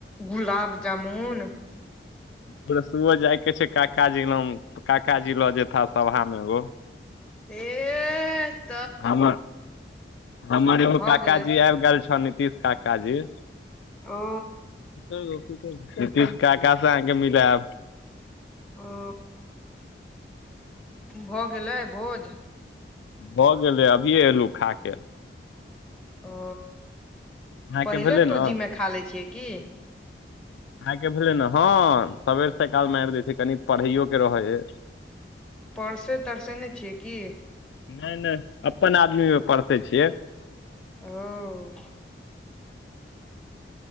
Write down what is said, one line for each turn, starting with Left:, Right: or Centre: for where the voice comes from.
Centre: गुलाब जामुन
Left: परसो जायके छै काकाजी नाम काकाजी लऽ जेता सभामे एगो
Centre: ऐ ह -
Left: हमर हमर एगो
Centre: भऽ
Left: काकाजी
Centre: गेलै
Left: आबि गेल छ नीतीश काकाजी
Centre: ओ
Left: नितीश काकासँ अहाँके मिलायब
Centre: ओ भऽ गेलै भोज
Left: भऽ गेलै अभिये एलहुँ खाके
Centre: ओ
Left: अहाँके
Centre: पहिले
Left: भेलै
Centre: तोजीमे
Left: ने
Centre: खा ले छियै की
Left: आइके भेले ने हँ सबेर सकाल मारि दै छै कनि पढ़ैयो के रहै ह ह <inaudible>
Centre: परसे तरसेने छियै की
Left: नहि नहि अपन आदमीमे परसै छियै
Centre: ओ